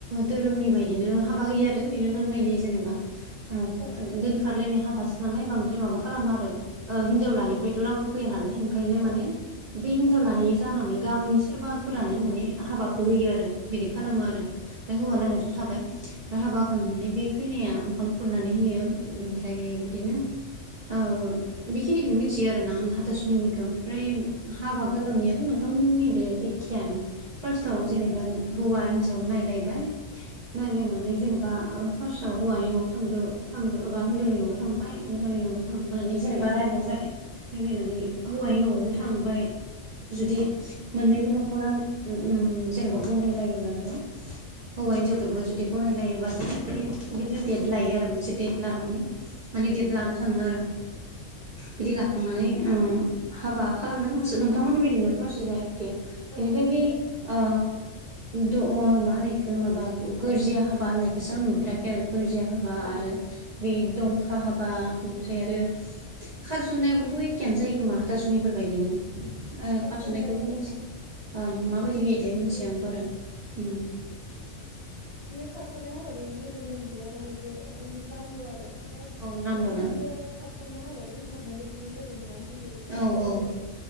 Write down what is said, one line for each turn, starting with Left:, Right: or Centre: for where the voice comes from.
Right: धोरोमनि बायदिनो हाबा होयो आरो ओरैनो नरेला जेनेबा
Left: औ
Right: हाबासो नालाय बांद्राय माबा खालामो आरो ओ हिनजावलानिफ्रायथ' रावबो फैया नालाय ओंखायनो
Left: औ
Right: माने बे हिनजावलानि जानानै गामिनि सोरबाफोरानो माने हाबाखौ होयो आरो बिदि खालामो
Left: औ
Right: आरो फ्राय हौवा लायनाय' थ हाबानानै बे खैनाया ओंखाम खुरनानै होयो ओमफ्राय बिदिनो ओ बेखिनिखौनो मिथियो आर ना आं हाथासुनिनिखौ। ओमफ्राय हाबा गोलोमनियाथ' न नोंथांमोननिदो एखेयानो फारसताव जेनेबा हौवा हिनजाव नायलायबाय नायला माने जेनेबा फार्स्टआव हौवानि न'आव थाग्रोबाय हिनजावनि न'आव थांबाय हिनजावनि न'आव थांफानानै जेनेबा रायजलायबाय रायज्लायनानै हौवानि न'आवबो थांबाय जुदि मोननैबो न'खरा उ उ जेनेबा गनायलायोब्लाथाय हौवा हिनजावदोबो गनायलायोबथाय बिदिनो डेट लायो आरो मोनसे डेट लानानै माने डेट लानो थाङो आरो। बिदि लाखांनानै उ हाबा खालामनो नोंसोर, नोंथांमोननि बायदिनो फ्रेस <unintelligible>
Left: औ
Right: बेनिफ्राय बै ओ द' ओ मा होनो बेखो माबा गोरजिया हाबा होननायखौसो आं नुफेराखै आरो। गोरजिया हाबा
Left: औ
Right: आरो बे दंखा हाबा, ओमफ्राय आरो खारसननायाबोथ' एखेयानो जायो खोमा हाथासुनिफोर बायदिनो ओ
Left: खारसननायाबो
Right: खारस'नायखौबो मिथि
Left: औ
Right: ओं
Left: हाथासुनि
Right: माबायदि होयोथाय
Left: बायदि
Right: मिथिया
Left: जायो
Right: आं बारा उ
Left: बेयो खार स'ननाय हाबानि जेबो नेम गैया माने बे उ नामल' आरो ओमफ्राय
Right: औ नामल'
Left: माने बेफोरो
Right: ना
Left: खारस'ननाय हाबाय दोनखारनाय बायदिनो जेरै न'आव होयो बिदिनो
Right: औ
Left: जायो
Right: औ
Left: आरो